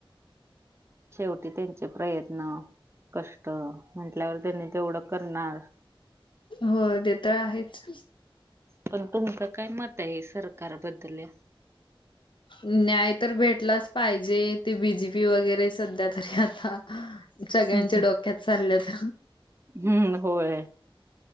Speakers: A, on the right (about 25°); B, on the left (about 60°).
A: शेवटी त्यांचे प्रयत्न कष्ट म्हटल्यावर त्यांनी तेवढं करणार‌.
B: होय ते तर आहेच.
A: पण तुमच काय मत आहे सरकार बद्दल या.
B: न्याय तर भेटलाच पाहिजे ते बी जी पी वगैरे सध्या तरी आता सगळ्यांच्या
A: हम्म,
B: डोक्यात चालल्यात.
A: हम्म होय